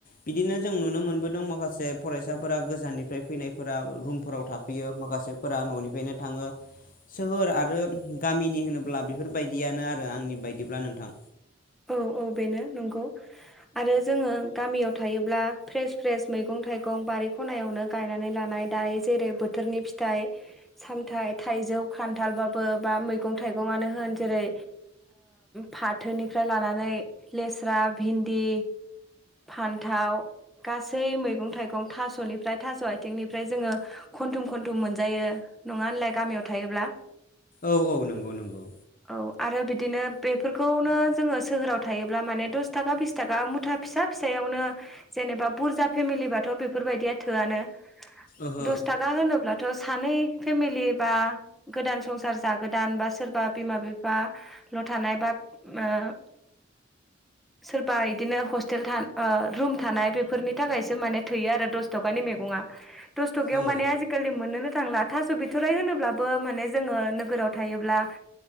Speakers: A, on the left (about 45°); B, in the centre.
A: बिदिनो जों नुनो मोनबो माखासे फरायसाफोरा गोजाननिफ्राय फैनायफोरा रुमफोराव थाफैयो माखासेफोरा ननिफ्रायनो थाङो सोहोर आरो गामिनि होनोब्ला बेफोरबायदियानो आरो आंनि बायदिब्ला नोंथां
B: औ औ बेनो नंगौ आरो जोङो गामियाव थायोब्ला फ्रेस फ्रेस मैगं थाइगं बारि खनायावनो गायनानै लानाय दायो जेरै बोथोरनि फिथाइ सामथायाइ थाइजौ खान्थालबाबो बा मैगं थाइगंनो होन जेरै फाथोनि ओमफ्राय लानानै लेस्रा भिन्दि फान्थाव गासै मैगं थाइगं थास'निफ्राय थास' आथिंनिफ्राय जोङो खन्थुम खन्थुम मोनजायो नङा होनलाय गामियाव थायोब्ला
A: औ औ नोंगौ नोंगौ
B: औ आरो बिदिनो बेफोरखौनो जोङो सोहोराव थायोब्ला माने दस थाखा बिस थाखा मुथा फिसा फिसायावनो जेनेबा बुरजा फेमिलिबाथ' बेफोरबायदिया थोआनो
A: ओहो
B: दस थाखा होनोब्ला थ' सानै फेमिलि बा गोदान संसार जागोदान बा सोरबा बिमा बिफा ल' थानाय बा ओ सोरबा इदिनो हस्टेल था ओ रुम थानाय बेफोरनि थाखायसो माने थैयो आरो दस थकानि मैगङा दस्थ'खायाव
A: औ
B: माने आजिखालि मोननो नो थांला थास बिथ'राय होनोब्लाबो माने जोङो नोगोराव थायोब्ला